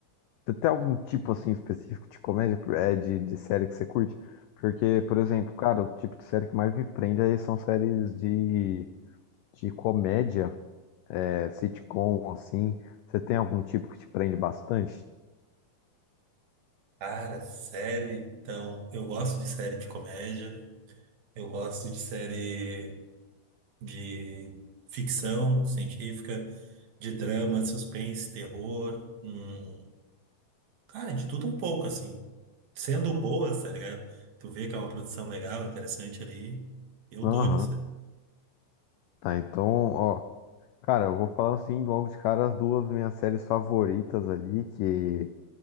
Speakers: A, on the left; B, on the right.
A: você tem algum tipo assim específico de comédia, é, de, de série que você curte? Porque, por exemplo, cara, o tipo de série que mais me prende aí são séries de, de comédia. é, sitcom, assim, você tem algum tipo que te prende bastante?
B: Cara, série, então, eu gosto de série de comédia, eu gosto de série. de ficção científica, de drama, suspense, terror, hum, cara, de tudo um pouco, assim. Sendo boas, tá ligado? Tu vê que é uma produção legal, interessante ali, eu
A: Aham.
B: dou-lhe isso aí.
A: Tá, então, ó. Cara, eu vou falar assim, logo de cara, as duas minhas séries favoritas ali, que